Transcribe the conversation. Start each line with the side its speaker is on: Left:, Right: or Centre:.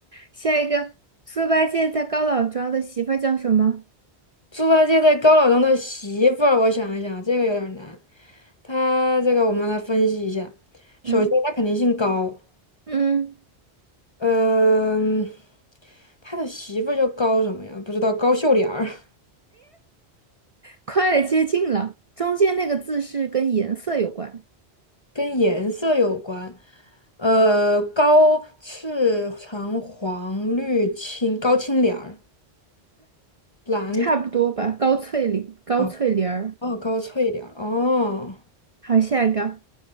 Right: 下一个，猪八戒在高老庄的媳妇儿叫什么？
Left: 猪八戒在高老庄的媳妇儿，我想一想，这个有点儿难。他这个我们来分析一下。首先，
Right: 嗯
Left: 他肯定姓高，
Right: 嗯，
Left: 嗯，他的媳妇儿叫高什么呀？不知道，高秀莲儿，<laughs>
Right: 快接近了，中间那个字是跟颜色有关，
Left: 跟颜色有关。呃，高赤橙黄绿青，高青莲儿，蓝
Right: 差不多吧？高翠玲，高翠玲儿。
Left: 哦哦，高翠莲儿哦，
Right: 好，下一个，